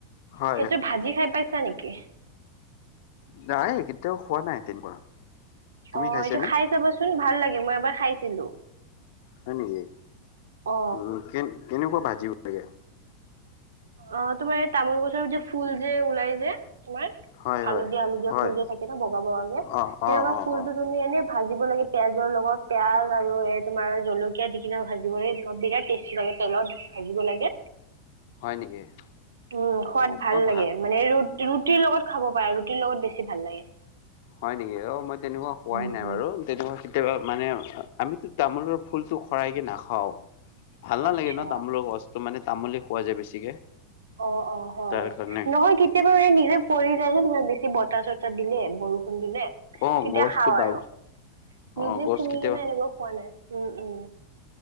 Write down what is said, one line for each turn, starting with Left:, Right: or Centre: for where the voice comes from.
Left: হয়
Right: সেইটো ভাজি খাই পাইছা নেকি
Left: নাই কেতিয়াও হোৱা নাই তেনেকুৱা তুমি
Right: অ
Left: খাইছানে
Right: এইটো খাই চাবচোন ভাল লাগে মই এবাৰ খাইছিলো
Left: হয় নেকি
Right: অ
Left: উম কেন কেনেকুৱা ভাজিব লাগে
Right: অ তোমাৰ এই তামোল গছৰ যে ফুল যে ওলাই যে তোমাৰ
Left: হয়,
Right: হালধীয়া
Left: হয়,
Right: হালধীয়া
Left: হয়।
Right: ফুল যে থাকে ন বগা বগাকে সেনেকুৱা
Left: অ', অ', অ',
Right: ফুলটো
Left: অ',
Right: তুমি এনে ভাজিব লাগে পিয়াজৰ লগত পিয়াঁজ আৰু এই তোমাৰ জলকীয়া দি কিনে ভাজিবলৈ অলপ বিৰাট টেষ্টি লাগে তেলত ভাজিব লাগে <inaudible>
Left: হয় নেকি?
Right: উম
Left: অ',
Right: সোৱাদ ভাল
Left: মই ভা
Right: লাগে মানে ৰো ৰুটিৰ লগত খাব পাৰে ৰুটিৰ লগত বেছি ভাল লাগে।
Left: হয় নেকি? অ মই তেনেকুৱা হোৱাই
Right: উম
Left: নাই
Right: উম।
Left: বাৰু তেনেকুৱা কেতিয়াবা মানে আমিতো তামোলৰ ফুলটো হৰাইকে নাখাও। ভাল নালাগে
Right: আচ্ছা
Left: ন তামোলৰ গছটো মানে তামোল খোৱা যায় বেছিকে।
Right: অ অ হয়
Left: তাৰ কাৰণে।
Right: নহয় কেতিয়াবা মানে নিজে পৰি যায় যে বেচ বতাৰ চতাৰ দিলে বৰু খুন দিলে তেতিয়া
Left: অ', গছটো
Right: খাও আৰু,
Left: বাগ অ',
Right: নিজে
Left: গছ
Right: চিঙি
Left: কেতিয়াবা
Right: কিনে এনেকা খোৱা নাই। উম উম।